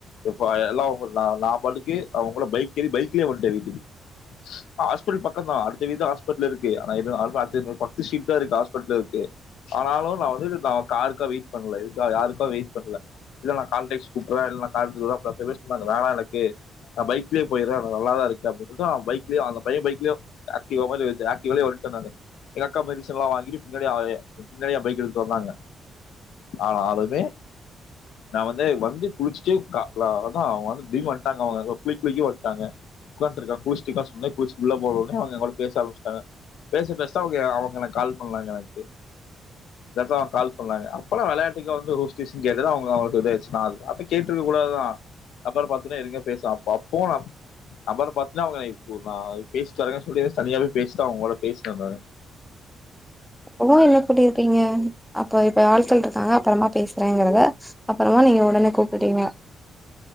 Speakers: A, on the left; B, in the centre.
A: இப்ப எல்லா <unintelligible> நா பாட்டுக்கு அவன் கூட பைக் ஏறி பைக்லயே வந்துட்ட வீட்டுக்கு ஹாஸ்பிட்டல் பக் கந்தா அடுத்த வீதிதா ஹாஸ்பிட்டலு இருக்கு ஆனா எதும் யாருக்கும் அர்ஜென்டு பத்து சீட்தா இருக்கு ஹாஸ்பிட்லு இருக்கு ஆனாலு நா வந்து இது நா காருக்கா வெயிட் பண்ணல இதுக்கா யாருக்கோ வெயிட் பண்ணல இல்ல நா கால்டேக்ஸ் கூப்பிடுற இல்ல நா <unintelligible> வேணா எனக்கு கே நா பைக்லயே போயிடற நா நல்லாதா இருக்க அப்டின் சொல்ட்டு நா பைக்லயே அந்த பைய்யன் பைக்லயே ஆக்டிவா மாரி இருஞ்சு ஆக்டிவாலயே வந்துட்ட நானு எங்க அக்கா போய் மெடிசனெல்லா வாங்கிட்டு பின்னாடி அ பின்னாடி என் பைக் எடுத்துட்டு வந்தாங்க ஆனாலுமே நா வந்து வந்து குளிச்சிட்டு கா ல அதா அவங் வந்து தீடீனு வந்ட்டாங்க அவுங்க அங்க குளிக் குளிக்கவே வந்ட்டாங்க உக்காந்ட்டு இருக்காங்க குளிச்சிட்டு இருக்கான் சொல்லி குளிச்சிட்டு உள்ள போறோ உடனே அவுங்க எங்கூட பேச ஆரம்பிச்சிட்டாங்க பேச பேசதா அவுங்க அவுங்க எனக்கு கால் பண்ணாங்க எனக்கு இந்த அப்ப கால் பண்ணாங்க அப்பெல்லா வெளாண்டுக்கு வந்து ஒரு ஸ்டிஸ் னு கேட்டது அவுங்க அவங்களுக்கு இதாயிருச்சு நா அது வார்த்த கேட்ருக்கக் கூடாதுதா அப்பன்னு பாத்துனே எதுவுமே பேசா அப் அப்பவு நா நம்பர் பாத்துதா அவுங்க இப்போ நா பேசி தனியா சொல்லி ஏதாச்சு தனியாவே பேசிதா அவுங்க கூட பேசின நானு
B: <unintelligible> என்ன பண்ணிருப்பீங்க அப்ப இப்ப ஆள் சொல்றதா அப்றமா பேசுறேங்கறத அப்பறமா நீங்க ஒடனே கூப்புட்டீங்க